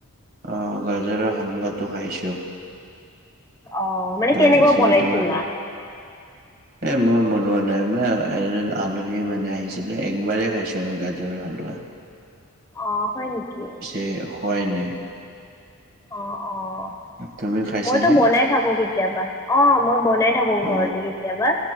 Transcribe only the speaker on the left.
অ', মানে
কেনেকুৱা বনাইছিলা?
অ', হয় নেকি?
অ', অ',
মইতো বনাই থাকো কেত কেতিয়াবা। অ', মই বনাই থাকো ঘৰতে
কেতিয়াবা